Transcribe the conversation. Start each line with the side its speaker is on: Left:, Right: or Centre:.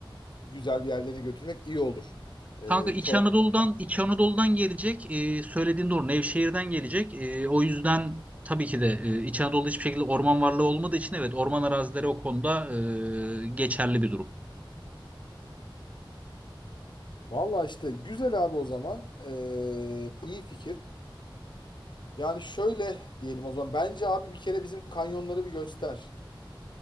Left: güzel bir yerlerine götürmek iyi olur. Ee,
Right: Kanka İç
Left: Çorak.
Right: Anadolu'dan İç Anadolu'dan gelecek. E, söylediğin doğru. Nevşehir'den gelecek. E, o yüzden tabii ki de e, İç Anadolu'da hiçbir şekilde orman varlığı olmadığı için evet orman arazileri o konuda e, geçerli bir durum.
Left: Valla işte güzel abi o zaman. Ee, iyi fikir. Yani şöyle diyelim o zaman. Bence abi bir kere bizim kanyonları bir göster.